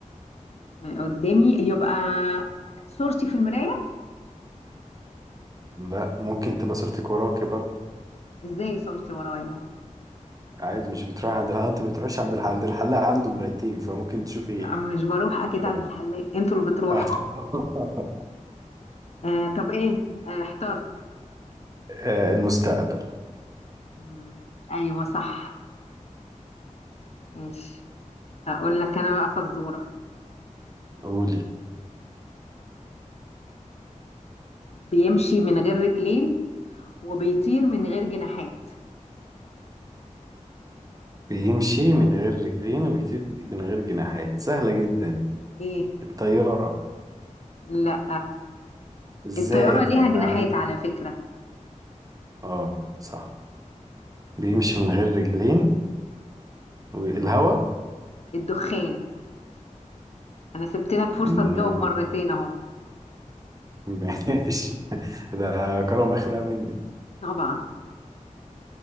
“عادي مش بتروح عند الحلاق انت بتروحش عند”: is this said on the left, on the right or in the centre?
Right